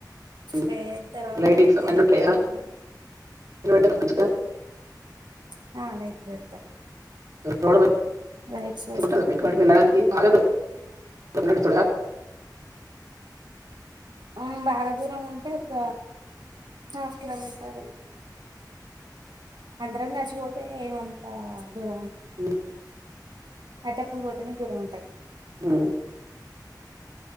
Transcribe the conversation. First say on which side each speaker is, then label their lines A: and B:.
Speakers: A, on the right; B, on the right.
A: ఉహు.
B: పెద్ద రౌండ్
A: లైటింగ్స్
B: ఉంటది
A: అవన్నీ
B: పెద్ద
A: ఉంటాయా లైటింగ్ పెట్టారు మంచిగా
B: అ <unintelligible>
A: <unintelligible>
B: లైట్స్ పెడతారు
A: <unintelligible>
B: ఆ బాగా దూరం ఉంటే ఒక హాఫ్ కిలోమీటర్ అందరం కలిసిపోతే ఏమంతా గుర
A: హ్మ్.
B: అట పూర్వ <unintelligible> ఉంటాయి
A: మ్